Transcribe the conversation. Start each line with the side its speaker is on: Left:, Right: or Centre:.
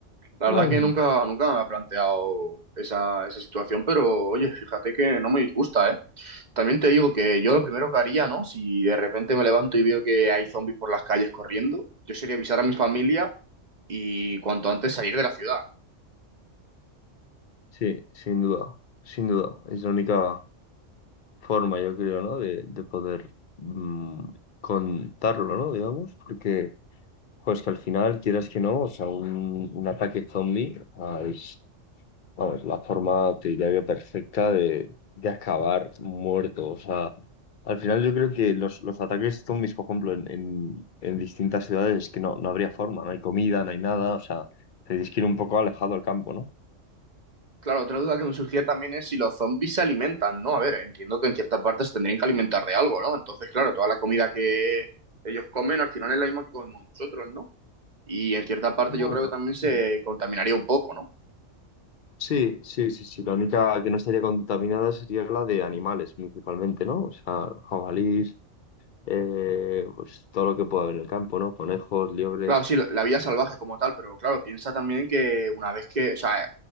Right: La
Left: Mm.
Right: verdad que nunca, nunca me ha planteado esa, esa situación, pero oye, fíjate que no me disgusta, ¿eh? También te digo que yo lo primero que haría, ¿no? Si de repente me levanto y veo que hay zombies por las calles corriendo, yo sería avisar a mi familia y cuanto antes salir de la ciudad, ¿no?
Left: Sí, sin duda, sin duda. Es la única forma, yo creo, ¿no? De, de poder mm, contarlo, ¿no? Digamos, porque, pues que al final, quieras que no, o sea, un, un ataque zombie, o sea, es Vamos, es la forma, te diría yo, perfecta de, de acabar muerto. O sea, al final yo creo que los, los ataques zombies, por ejemplo, en, en, en distintas ciudades es que no, no habría forma, no hay comida, no hay nada. O sea, tendrías que ir un poco alejado al campo, ¿no?
Right: Claro, otra duda que me surgía también es si los zombies se alimentan, ¿no? A ver, entiendo que en ciertas partes se tendrían que alimentar de algo, ¿no? Entonces, claro, toda la comida que ellos comen al final es la misma que comemos nosotros, ¿no? Y en cierta parte
Left: Bueno,
Right: yo creo que también
Left: sí.
Right: se contaminaría un poco, ¿no?
Left: Sí, sí, sí, sí. La única que no estaría contaminada sería la de animales, principalmente, ¿no? O sea, jabalís, eh, pues todo lo que pueda haber en el campo, ¿no? Conejos, liebres.
Right: Claro, sí, la, la vida salvaje como tal, pero claro, piensa también que una vez que, o sea,